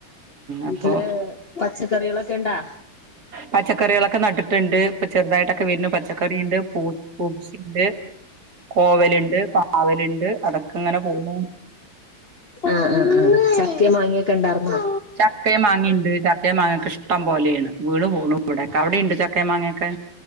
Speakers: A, on the left (about 40°); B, on the right (about 50°).
A: വീട്ടില്
B: അപ്പൊ
A: പച്ചക്കറികളൊക്കെ ഇണ്ടാ
B: പച്ചക്കറികളൊക്കെ നട്ടിട്ടുണ്ട് ഇപ്പൊ ചെറുതായിട്ടൊക്കെ വരുന്നു പച്ചക്കറി ഉണ്ട് പൂശുണ്ട് കോവലുണ്ട് പാവലുണ്ട് അതൊക്കെ ഇങ്ങനെ പോണു
A: ആഹ ആഹ് ആ ചക്ക മാങ്ങിയൊക്കെ ഉണ്ടായിർന്നോ
B: ചക്ക മാങ്ങിണ്ട് ചക്കിംമാങ്ങിംഒക്കെ ഇഷ് ഇഷ്ടം പോലെയണ് വീണും പോക ഇവിടെക്കെ അവിടെയ ഉണ്ട് ചക്കേ മാങ്ങൊക്കെ